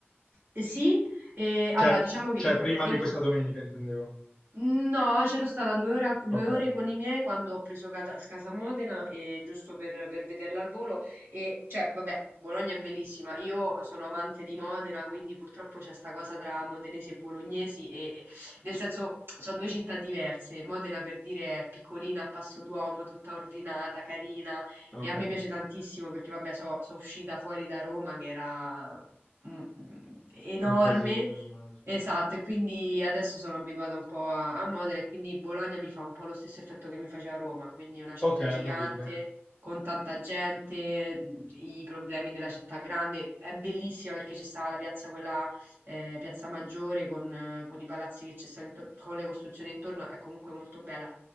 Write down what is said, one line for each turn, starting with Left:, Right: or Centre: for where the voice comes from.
Right: Eh, Sì, eh,
Left: Cioè,
Right: allora diciamo che
Left: cioè,
Right: io,
Left: prima
Right: io
Left: di questa
Right: pu-
Left: domenica intendevo.
Right: no, c'ero stata due, ora- due
Left: Ok,
Right: ore con i miei quando ho preso Cata- Casa Modena, eh, giusto per, per vederla al volo. E cioè, vabbè, Bologna è bellissima. Io sono amante di Modena, quindi purtroppo c'è sta cosa tra modenesi e bolognesi, e, e- nel senso, sono due città diverse. Modena, per dire, è piccolina, a passo d'uomo, tutta ordinata, carina,
Left: ok.
Right: e a me piace tantissimo perché, vabbè, sono uscita fuori da Roma, che era. mm, mm, enorme
Left: Un casino, immagino.
Right: Esatto, e quindi adesso sono abituata un po' a, a Modena e quindi Bologna mi fa un po' lo stesso effetto che mi faceva Roma, quindi una città
Left: Ok,
Right: gigante,
Left: ho capito,
Right: con tanta gente, mh, i problemi della città grande. È bellissima perché c'è stata la piazza, quella eh, Piazza Maggiore con, eh, con i palazzi che ci stanno intorno, con le costruzioni intorno, è comunque molto bella.